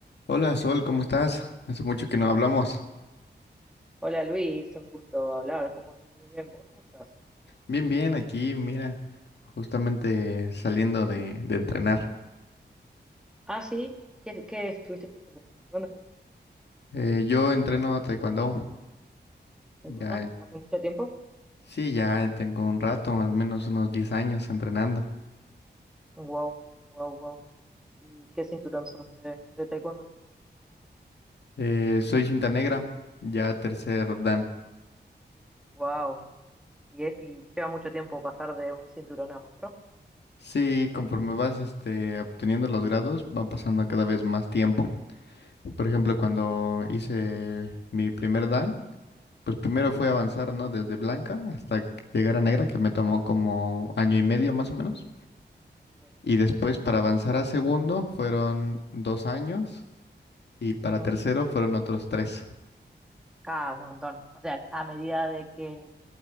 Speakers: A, on the left; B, in the centre.
A: Hola Sol, ¿cómo estás? Hace mucho que no hablamos.
B: Hola Luis, un gusto hablar. ¿Cómo? Muy bien, ¿vos cómo estás?
A: Bien, bien, aquí, mira, justamente saliendo de, de entrenar.
B: Ah, sí, ¿qué, qué estuviste haciendo? ¿Dónde fuiste?
A: Eh, yo entreno taekwondo.
B: ¿Taekwondo?
A: Ya,
B: ¿Hace mucho tiempo?
A: sí, ya tengo un rato, al menos unos 10 años entrenando.
B: Wow, wow, wow. ¿Y qué cinturón sos de, de taekwondo?
A: Eh, soy cinta negra, ya tercer dan.
B: Wow. ¿Y, e- y lleva mucho tiempo pasar de un cinturón a otro?
A: Sí, conforme vas este, obteniendo los grados, va pasando cada vez más tiempo. Por ejemplo, cuando hice mi primer dan. Pues primero
B: Sí.
A: fue avanzar, ¿no? Desde blanca hasta que llegar a negra, que me tomó como año y medio más o menos.
B: Wow.
A: Y después para avanzar a segundo fueron dos años y para
B: Ujú.
A: tercero fueron otros tres.
B: Ah, un montón. O sea, a medida de que